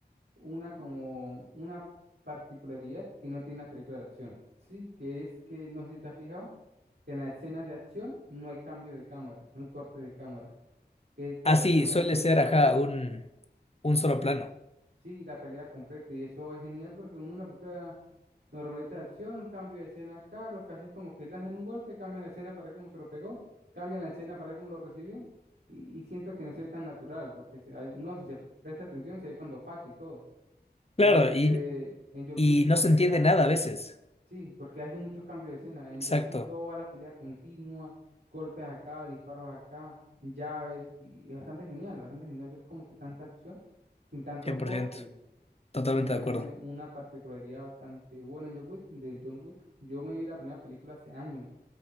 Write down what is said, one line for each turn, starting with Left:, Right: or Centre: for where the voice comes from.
Right: una como una particularidad que no tiene las películas de acción, ¿sí? Que es que, no sé si te has fijado, que en las escenas de acción no hay cambio de cámara, no hay corte de cámara, que prácticamente
Left: así suele ser,
Right: muestran,
Left: ajá, un, un solo plano.
Right: sí, la pelea completa y eso es genial porque uno en una película normalita de acción, cambio de escena acá, lo que hace es como que lanzan un golpe, cambian la escena para ver cómo se lo pegó, cambian la escena para ver cómo lo recibió y, y siento que no se ve tan natural porque si hay- uno si se presta atención se ve cuando falla y todo.
Left: Claro,
Right: Este,
Left: y,
Right: en John
Left: y
Right: Wick es
Left: no
Right: la
Left: se
Right: pelea
Left: entiende nada a veces.
Right: Sí, porque hace muchos cambios de escena. En
Left: Exacto,
Right: John Wick todo va a la pelea continua, golpes acá, disparos acá, llaves, y es bastante genial, bastante genial ver como que tanta acción sin tanto
Left: cien
Right: corte.
Left: por ciento Totalmente
Right: Y me parece
Left: de acuerdo.
Right: una particularidad bastante buena en John Wick, de John Wick. Yo me vi la primera película hace años,